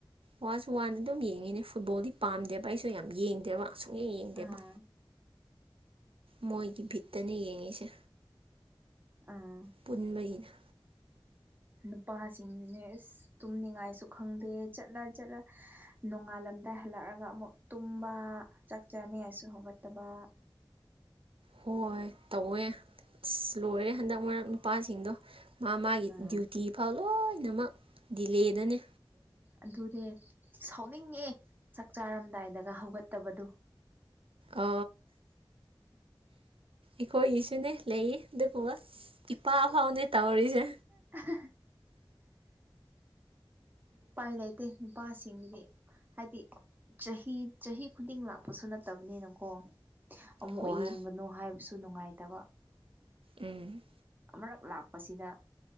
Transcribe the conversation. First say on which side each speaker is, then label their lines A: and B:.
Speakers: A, on the right; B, on the right.
A: ꯋꯥꯁ ꯋꯥꯟꯗ ꯑꯗꯨꯝ ꯌꯦꯡꯉꯤꯅꯦ ꯐꯨꯠꯕꯣꯜꯗꯤ ꯄꯥꯝꯗꯦꯕ ꯑꯩꯁꯨ ꯌꯥꯝ ꯌꯦꯡꯗꯦꯕ ꯑꯁꯨꯛ ꯌꯦꯡ ꯌꯦꯡꯗꯦꯕ
B: ꯎꯝ
A: ꯃꯣꯏꯒꯤ ꯚꯤꯠꯇꯅ ꯌꯦꯡꯉꯤꯁꯦ
B: ꯎꯝ
A: ꯄꯨꯟ ꯃꯔꯤꯩꯅ
B: ꯅꯨꯄꯥꯁꯤꯡꯗꯨꯅꯦ ꯑꯁ ꯇꯨꯝꯅꯤꯡꯉꯥꯏꯁꯨ ꯈꯪꯗꯦ ꯆꯠꯂ ꯆꯠꯂ ꯅꯣꯡꯉꯥꯜꯂ ꯃꯇꯝꯗ ꯍꯜꯂꯛꯑꯒ ꯑꯃꯨꯛ ꯇꯨꯝꯕ ꯆꯥꯛ ꯆꯥꯅꯤꯉꯥꯏꯁꯨ ꯍꯧꯒꯠꯇꯕ
A: ꯍꯣꯏ ꯇꯧꯋꯦ ꯑꯁ ꯂꯣꯏꯔꯦ ꯍꯟꯗꯛ ꯃꯔꯛ ꯅꯨꯄꯥꯁꯤꯡꯗꯣ ꯃꯥ ꯃꯥꯒꯤ
B: ꯎꯝ
A: ꯗ꯭ꯌꯨꯇꯤ ꯐꯥꯎ ꯂꯣꯏꯅꯃꯛ ꯗꯤꯂꯦꯗꯅꯤ
B: ꯑꯗꯨꯅꯦ ꯁꯥꯎꯅꯤꯡꯉꯦ ꯆꯥꯛ ꯆꯥꯔꯝꯗꯥꯏꯗꯒ ꯍꯧꯒꯠꯇꯕꯗꯣ
A: ꯑ ꯏꯈꯣꯏ ꯏꯁꯤꯅꯦ ꯂꯩꯌꯦ ꯑꯗꯨꯒꯣ ꯏꯄꯥ ꯐꯥꯎꯅꯦ ꯇꯧꯔꯤꯁꯦ
B: <unintelligible> <inaudible> ꯄꯥꯏ ꯂꯩꯇꯦ ꯅꯨꯄꯥꯁꯤꯡꯒꯤꯗꯤ ꯍꯥꯏꯗꯤ ꯆꯍꯤ ꯆꯍꯤ ꯈꯨꯗꯤꯡ ꯂꯥꯛꯄꯁꯨ ꯅꯠꯇꯕꯅꯤꯅꯀꯣ ꯑꯃꯨꯛ
A: ꯍꯣꯏ
B: ꯌꯦꯡꯒꯅꯨ ꯍꯥꯏꯕꯁꯨ ꯅꯨꯡꯉꯥꯏꯇꯕ
A: ꯎꯝ
B: ꯑꯃꯨꯔꯛ ꯂꯥꯛꯄꯁꯤꯗ